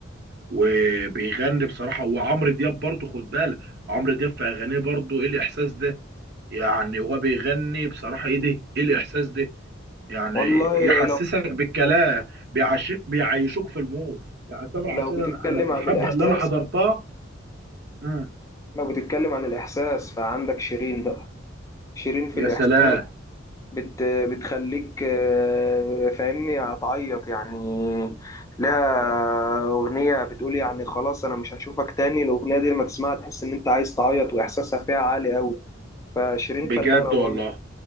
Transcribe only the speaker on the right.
وبيغني بصراحه وعمرو دياب برضه خد بالك عمرو دياب في اغانيه برضه ايه الاحساس ده يعني هو بيغني بصراحه ايه ده ايه الاحساس ده يعني
يحسسك بالكلام بيعيشك بيعيشوك في المود يعني تامر عاشور
انا أنا في الحفله
اللي انا حضرتها مم.
يا
سلام
بجد
والله